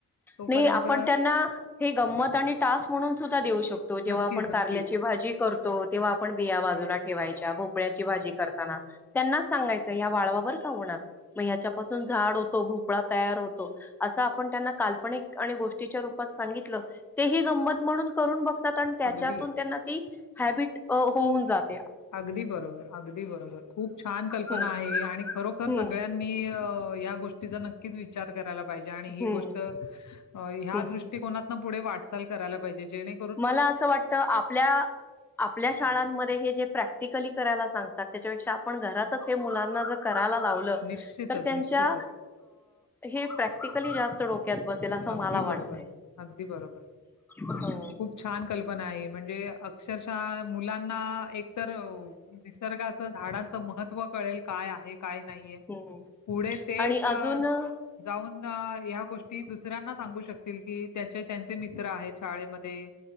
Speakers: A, on the left (about 55°); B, in the centre.
A: तोपर्यंत
B: नाही आपण त्यांना हे गंमत आणि टास्क म्हणून सुद्धा देऊ शकतो, जेव्हा
A: नक्कीच
B: आपण
A: नक्कीच
B: कारल्याची भाजी कर तो तेव्हा आपण बिया बाजूला ठेवायच्या, भोपळ्याची भाजी करताना. त्यांनाच सांगायचं या वाळवा बरं का उन्हात. मग ह्याच्यापासून झाड होतो भोपळा तयार होतो, असं आपण त्यांना काल्पनिक आणि गोष्टीच्या रूपात सांगितलं, ते ही गंमत म्हणून करून बघ तात आणि त्याच्यातून
A: अगदी
B: त्यांना ती हॅबिट अ होऊन जात
A: अगदी बरोबर अगदी बरोबर खूप छान कल्पना
B: हम्म
A: आहे ही आणि खरोखर
B: हम्म
A: सगळ्या नि अ या गोष्टीचा नक्कीच विचार करायला पाहिजे आणि ही
B: हम्म
A: गोष्ट ह्या
B: हम्म
A: दृष्ट टी कोनातनं पुढे वाटचाल करायला पाहिजे जेणे
B: मला असं वाटतं आपल्या आपल्या शाळांमध्ये हे जे प्रॅक्टिकली करायला सांगतात त्याच्यापेक्षा आपण घरातच मुलांना जर करा ला
A: निश्चितच,
B: त्यांच्या
A: निश्चितच.
B: हे प्रॅक्टिकली जास्त डोक् बसेल असं
A: अगदी
B: मला वाटते
A: बरोबर, अगदी बरोबर.
B: हो.
A: खूप छान कल्पना आहे म्हणजे अक्षरशः मुलांना एक तर निसर्गाच झाडांचं महत्त्व कळेल काय आहे. का नाहीये
B: हम्म
A: पुढे तेच
B: आणि अजून हो.
A: जाऊन या गोष्टी. ती दुसऱ्यांना सांगू शकतील की त्याचे त्यांचे मित्र आहेत शाळेमध्ये